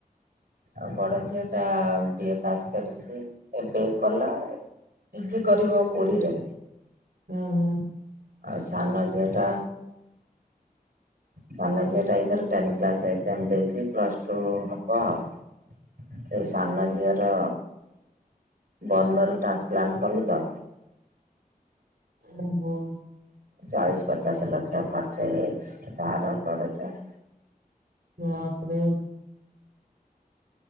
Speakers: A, on the right (about 65°); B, on the right (about 85°).
A: ଆଉ ବଡ଼ ଝିଅ ଟା ବି ଏ ପାସ୍ କରିଛି। ଏବେ କଲା। ପିଜି କରିବ ପୁରୀରେ।
B: ଓହୋ।
A: ଆଉ ସାନ ଝିଅ ଟା ସାନ ଝିଅଟା ଏଇଥର ଟେନ୍ କ୍ଲାସ ଏକ୍ଜାମ ଦେଇଛି ପ୍ଲସ୍ ଟୁ ହବ ଆଉ। ସେଇ ସାନ ଝିଅର ବନମେରୁ ଟ୍ରାନ୍ସପ୍ଲାଣ୍ଟ କଲୁ ତ
B: ଓହୋ।
A: ଚାଳିଶ ପଚାଶ ଲକ୍ଷ ଖର୍ଚ୍ଚ ହେଇଯାଇଛି ଧାର କରଜ
B: ୱାପ୍ ରେ